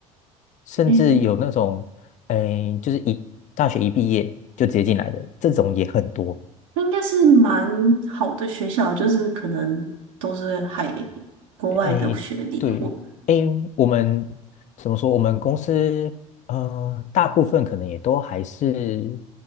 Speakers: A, on the left; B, on the right.
A: 甚至有那种，
B: 嗯，
A: 诶，就是一大学一毕业就直接进来的，这种也很多。
B: 那应该是蛮好的学校，就是可能都是海国外的学历，
A: 诶，对，
B: 或
A: 诶，我们怎么说？我们公司呃，大部分可能也都还是